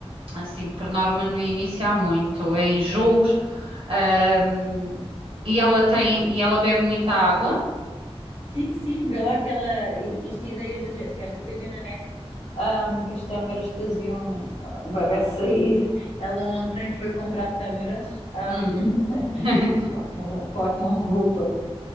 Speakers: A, on the right; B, on the left.
A: Ah, assim, por norma no início há muito, é enjoos, ah, e ela tem, e ela bebe muita água,
B: Sim, sim, vê lá aquela. i- Isto ideias da Jéssica. A Jéssica viu na net ahm, que as tâmaras faziam ah, o bebé sair. Ela ontem foi comprar tâmaras, ahm,
A: Hum,
B: <laughs>
A: <laughs>
B: claro que não, claro que não resultou.